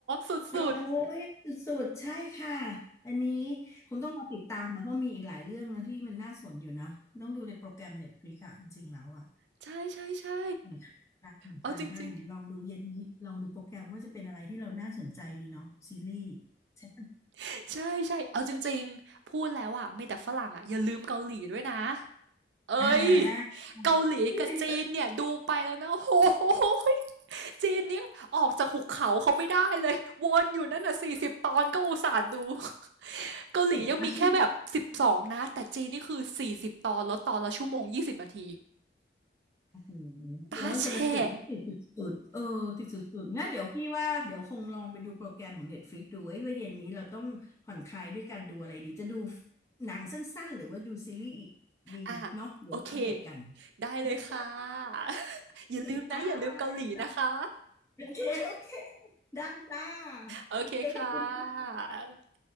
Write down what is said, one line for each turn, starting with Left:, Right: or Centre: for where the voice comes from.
Right: สุด
Left: โอ้ยสุดๆใช่ค่ะอันนี้คงต้องมาติดตามนะเพราะมีอีกหลายเรื่องนะที่มันน่าสนอยู่นะต้องดูในโปรแกรมเน็ตฟลิกอะจริงๆแล้วอะ
Right: ๆ ใช่ใช่ใช่
Left: ผ่อนคลายผ่อนคลายได้ลองดูเย็นนี้ลองดูโปรแกรมว่าจะเป็นอะไรที่เราน่าสนใจดีเนาะซีรีส์
Right: เอาจริง
Left: ใช่ปะ
Right: ๆใช่ใช่เอาจริงๆพูดแล้วอ่ะมีแต่ฝรั่งอ่ะอย่าลืมเกาหลีด้วยนะ เอ้ย
Left: อ่าได้ค่ะนี่เลย
Right: เกาหลีกับจีนเนี่ยดูไปแล้วนะโอ้โหยจีนเนี่ยออกจากหุบเขาเขาไม่ได้เลยวนอยู่นั่นน่ะสี่สิบตอนก็อุตส่าห์ดูเกาหลียังมีแค่แบบสิบสองนะแต่จีนนี่คือสี่สิบตอนแล้วตอนละชั่วโมงยี่สิบนาที
Left: ติดนะใช่ไหม โอ้โห
Right: ตาแฉะ
Left: แล้วมันเป็นติดติดสุดๆเออติดสุดๆงั้นเดี๋ยวพี่ว่าเดี๋ยวคงลองไปดูโปรแกรมของ Netflix ดูไอ้ยว่าเย็นนี้เราต้องผ่อนคลายด้วยการดูอะไรดีจะดูหนังสั้นๆหรือว่าดูซีรีส์อีกดีเนาะเดี๋ยวมาอัปเดตกัน
Right: อ่ะโอเคได้เลยค่ะ
Left: นะจ๊ะ
Right: <laughs>
Left: โอเคจ้า
Right: อย่าลืมนะอย่าลืมเกาหลีนะคะ
Left: จ้าโอเคโอเคได้จ้า
Right: โอเคค่ะ
Left: โอเคขอบคุณจ้า